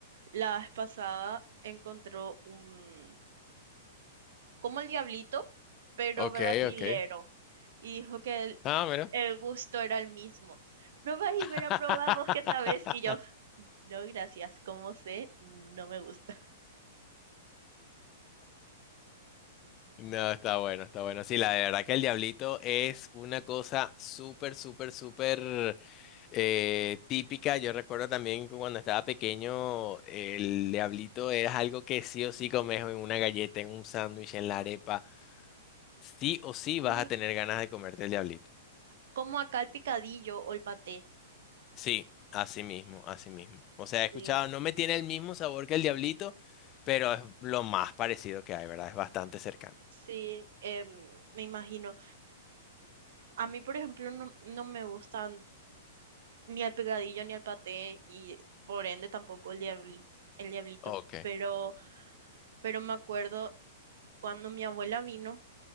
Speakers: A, on the right; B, on the left.
A: La vez pasada encontró un, como el diablito, pero
B: ok,
A: brasilero,
B: ok.
A: y dijo que el,
B: Ah, mira.
A: el gusto era el mismo. Probá
B: <laughs>
A: y verá, probá vos que sabes, y yo, <laughs> no, gracias, como sé, no me gusta.
B: No, está bueno, está bueno. Sí, la de verdad que el diablito es una cosa súper, súper, súper eh, típica. Yo recuerdo también que cuando estaba pequeño, el diablito era algo que sí o sí comes en una galleta, en un sándwich, en la arepa. Sí o sí
A: Y
B: vas a tener ganas de comerte el diablito.
A: como acá el picadillo o el paté,
B: Sí, así mismo, así mismo. O sea,
A: sí,
B: he escuchado, no me tiene el mismo sabor que el diablito, pero es lo más parecido que hay, ¿verdad? Es bastante cercano.
A: sí, em, me imagino. A mí, por ejemplo, no, no me gustan ni el picadillo ni el paté, y por ende tampoco el diabli- el diablito,
B: Ok,
A: pero pero me acuerdo cuando mi abuela vino,